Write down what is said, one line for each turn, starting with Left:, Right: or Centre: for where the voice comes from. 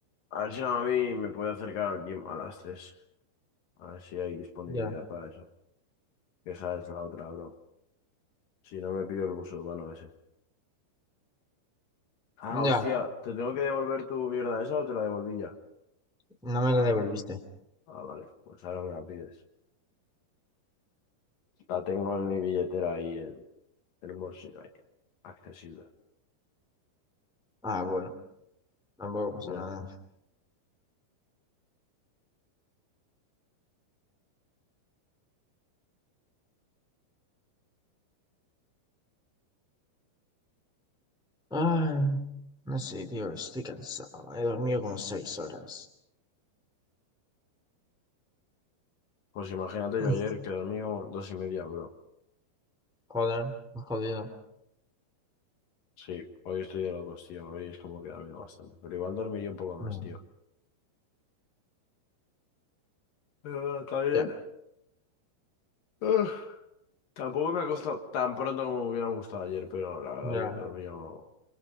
Left: A ver si a mí me puede acercar al gym a las 3. A ver si hay disponibilidad
Centre: Ya,
Left: para eso. Esa es la otra, bro. Si no me pido el bus urbano ese. Ah, hostia,
Centre: ya,
Left: ¿te tengo que devolver tu mierda esa o te la devolví ya?
Centre: no me lo devolviste.
Left: Ah, vale, pues ahora me la pides. La tengo en mi billetera ahí, en, en un bolsillo ahí, accesible.
Centre: Ah, bueno, tampoco pasa
Left: Ya.
Centre: nada. Ay, no sé, tío, estoy cansado. He dormido como seis horas.
Left: Pues imagínate,
Centre: Mm,
Left: yo ayer que dormí como dos y media, bro.
Centre: Joder, me he jodido.
Left: Sí, hoy estoy de locos, tío. Hoy es como que he dormido bastante. Pero igual dormiría un poco más,
Centre: Ya,
Left: tío. Pero está bien.
Centre: ya,
Left: Uf, tampoco me ha costado tan pronto como me hubiera gustado ayer, pero la verdad
Centre: ya.
Left: que he dormido